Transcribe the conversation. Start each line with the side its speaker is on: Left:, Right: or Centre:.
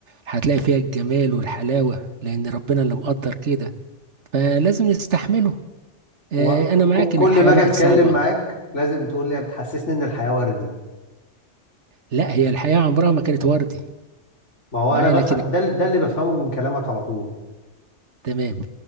Right: هتلاقي فيها الجمال والحلاوة لأن ربنا اللي مقدر كده فلازم نستحمله آه،
Left: و...
Right: أنا معاك
Left: ك... كل
Right: إن الحياة
Left: ما اجي
Right: بقت
Left: اتكلم
Right: صعبة
Left: معاك لازم تقول لي بتحسسني ان الحياة وردي
Right: لا هي الحياة عمرها ما كانت وردي
Left: ما هو
Right: معايا
Left: انا بفهم
Right: لكن
Left: ده, اللي- ده اللي بفهمه من كلامك على طول
Right: تمام